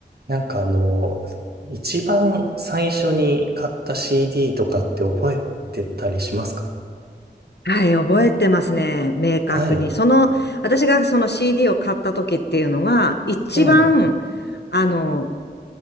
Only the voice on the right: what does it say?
なんかあの、一番最初に買った CD とかって覚えてたりしますか
はい。
ええ。